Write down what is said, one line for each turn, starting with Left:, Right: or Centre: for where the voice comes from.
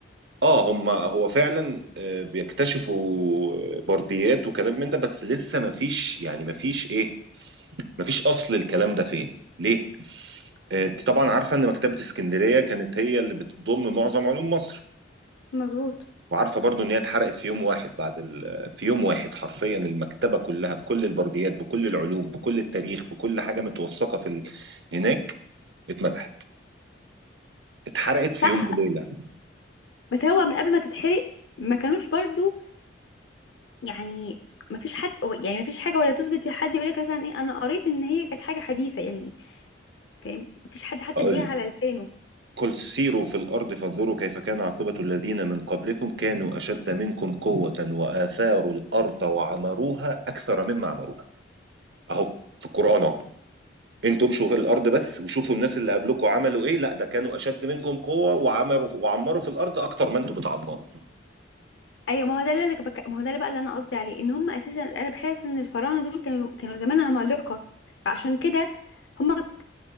Right: اه هم هو فعلا آه، بيكتشفوا برديات وكلام من ده بس لسه ما فيش يعني ما فيش ايه ما فيش اصل الكلام ده فين ليه آه، انت طبعا عارفه ان مكتبه اسكندريه كانت هي اللي بتضم معظم علوم مصر
Left: مظبوط
Right: وعارفه برضو ان هي اتحرقت في يوم واحد بعد ال... آه، في يوم واحد حرفيا المكتبه كلها بكل البرديات بكل العلوم بكل التاريخ بكل حاجه متوثقه في ال... هناك اتمسحت اتحرقت في
Left: صح
Right: يوم وليله
Left: بس هو من قبل ما تتحرق ما كانوش برضو يعني مفيش حد يعني مفيش حاجة ولا تثبت حد يقولك مثلا ايه انا قريت ان هي كانت حاجة حديثة يعني فاهم مفيش حد حتى
Right: اقول
Left: بيقولها
Right: لك
Left: على لسانه
Right: قل سيروا في الارض فانظروا كيف كان عاقبه الذين من قبلكم كانوا اشد منكم قوه واثاروا الارض وعمروها اكثر مما عمروها اهو في القران اهو انتوا امشوا في الارض بس وشوفوا الناس اللي قبلكم عملوا ايه لا ده كانوا اشد منكم قوه وعمروا وعمروا في الارض اكتر ما انتوا بتعمروا
Left: ايوه ما هو ده اللي انا بك... ما هو ده اللي بقى اللي انا قصدي عليه ان هم اساسا انا بحس ان الفراعنة دول كانوا كانوا زمان عمالقة فعشان كده هم كان